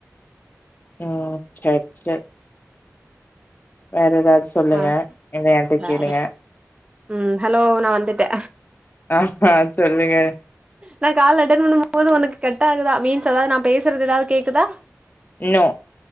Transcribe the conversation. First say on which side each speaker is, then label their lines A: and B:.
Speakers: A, on the left; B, on the right.
A: ம் சேர் சேர் வேற எதாவ்து சொல்லுங்க
B: ஆ
A: இல்ல என்ட்ட
B: வேற
A: கேளுங்க
B: ம் ஹலோ நா வந்துட்டே
A: ஆஹா சொல்லுங்க.
B: நா கால அட்டன் பண்ணும்போது உனக்கு கட்டாகுதா மீன்ஸ் அதாவ்த் நா பேசற்து எதாவ்து கேக்குதா
A: நோ